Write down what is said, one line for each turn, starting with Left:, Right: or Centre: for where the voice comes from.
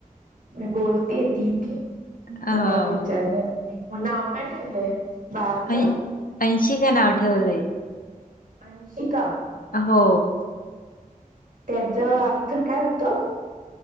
Right: मी बोलतीय ती ती
Left: हो
Right: तुम्हाला विचारलंच नाही, मग नाव का ठेवलंय? बाळाचं
Left: अयी अंशिका नाव ठेवलंय.
Right: अंशिका?
Left: हो
Right: त्याच अर्थ काय होतो?